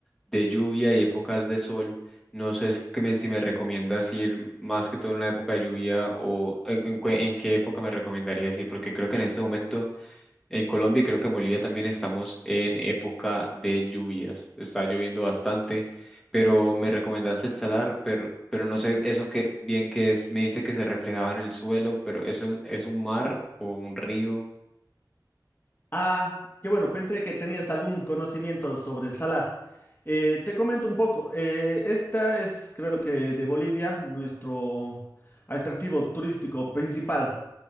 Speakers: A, in the centre; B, on the left (about 30°).
A: de lluvia y épocas de sol. No sé es que me- si me recomiendas ir más que todo en la época de lluvia o en, en cue- en qué época me recomendarías ir, porque creo que en este momento En Colombia y creo que en Bolivia también estamos en época de lluvias. Está lloviendo bastante, pero me recomendaste el salar, pero, pero no sé eso qué bien que es. Me dice que se reflejaba en el suelo, pero eso es un mar o un río.
B: Ah, qué bueno, pensé que tenías algún conocimiento sobre el salar. Eh, te comento un poco, eh, esta es creo que de Bolivia nuestro atractivo turístico principal.